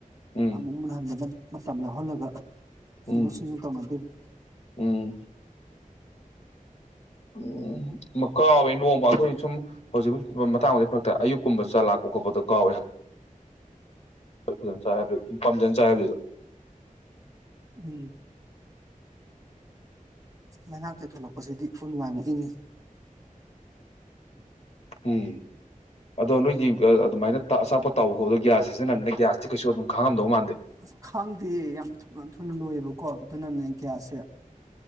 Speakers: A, on the left; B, on the right.
A: ꯎꯝ
B: ꯑꯃꯨꯛ ꯂꯥꯟ ꯕꯗꯥꯟ ꯃꯥꯇꯝ ꯃꯪꯍꯟ ꯂꯒ
A: ꯎꯝ
B: ꯁꯤꯟꯗꯣꯛ ꯁꯤꯅꯤꯟ ꯇꯧꯅꯗꯣꯏꯕ
A: ꯎꯝ <unintelligible> <unintelligible> ꯁꯨꯝ ꯍꯧꯖꯤꯛ ꯃꯇꯥꯡꯗꯗꯤ ꯐꯔꯛꯇ ꯑꯌꯨꯛꯀꯨꯝꯕ ꯆ ꯂꯥꯛꯄ ꯈꯣꯠꯄꯗ ꯀꯥꯎꯏꯦ ꯐꯖꯅ ꯆꯥꯏ ꯍꯥꯏꯕꯗꯨ ꯑꯗꯨꯨꯝ ꯄꯥꯝꯖꯟ ꯆꯥꯏ ꯍꯥꯏꯕꯗꯨꯗ
B: ꯎꯝ ꯃꯥꯏꯅꯥ ꯇꯩꯊꯂꯛꯄꯁꯤꯗꯤ ꯑꯩꯈꯣꯏ ꯅꯨꯡꯉꯥꯏꯃꯨꯛ ꯏꯪꯉꯤ
A: ꯎꯝ ꯑꯗꯣ ꯅꯣꯏꯗꯤ ꯑꯗꯨꯃꯥꯏꯅ ꯑꯆꯥꯄꯠ ꯇꯥꯎꯕ ꯈꯥꯎꯗ ꯒ꯭ꯌꯥꯁ ꯁꯤꯖꯤꯟꯅꯅꯤꯅ ꯒ꯭ꯌꯥꯁꯇꯤ ꯀꯩꯁꯨ ꯑꯗꯨꯝ ꯈꯥꯡꯉꯝꯗꯧ ꯃꯥꯟꯗꯦ
B: ꯑꯁ ꯈꯥꯡꯗꯦ ꯌꯥꯝ ꯊꯨꯅ ꯊꯨꯅ ꯂꯣꯏꯌꯦꯕꯀꯣ ꯑꯗꯨꯅꯅꯦ ꯒ꯭ꯌꯥꯁꯁꯦ